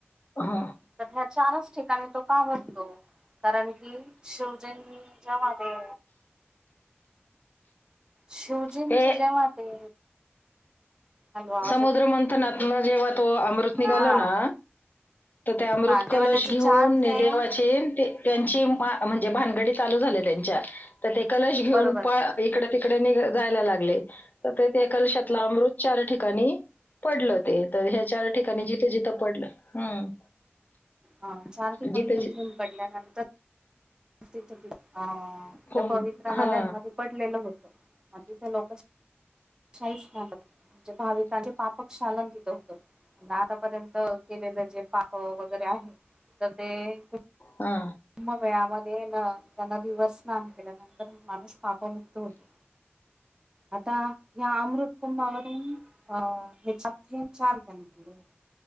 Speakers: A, on the left; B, on the right.
A: हं.
B: तर ह्या चारच ठिकाणी तो का भरतो? कारण की शूजनच्या मध्ये शिवजींचं
A: ते
B: जेव्हा ते हॅलो आवाज
A: समुद्रमंथनातनं
B: येतोय का
A: जेव्हा तो अमृत निघाला
B: हा
A: ना, तर ते अमृत
B: हा
A: कलश
B: तेव्हा त्याचे
A: घेऊन
B: चार
A: ना
B: थेंब
A: देवाचे त्यांची मा म्ह णजे भानगडी चालू झाल्या त्यांच्या. तर ते कलश घेऊन
B: बरोबर
A: प इकड तिक ड निघ जायला लागले, तर ते कलशातले अमृत चार ठि काणी पडलं. ते कलशा चार ठिकाणी जिथं जिथं पडलं हम्म.
B: हा चार ठिकाणी
A: जिथे
B: म
A: जि-
B: थेंब पडल्यानंतर तिथ अं
A: कोण
B: त्या पवित्रा
A: हा
B: नद्यांमध्ये पडलेलं होतं. मग तिथं लोकं <unintelligible> म्हणजे भाविकांचे पापक शालन जिथं नादब पर्यंत केलेलं जे पाप वगैरे आहे, तर ते कूट
A: हा
B: म बया म ते ना त्या नदीवर स्नान केल्यानंतर, माणूस पापमुक्त होतो. आता या अमृत कुंबावरून अं हे चार थेंब छानपण केलं.